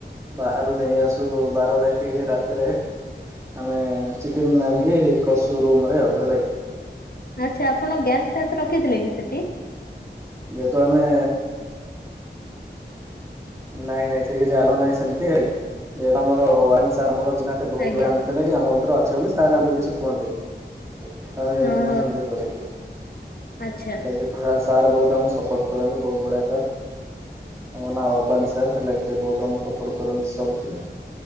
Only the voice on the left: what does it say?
ଆଚ୍ଛା ଆପଣ ଗ୍ୟାସ୍ ଫ୍ୟାସ୍ ରଖିଥିଲେ କି ସେଠି।
ଆଜ୍ଞା
ଓହୋ
ଆଚ୍ଛା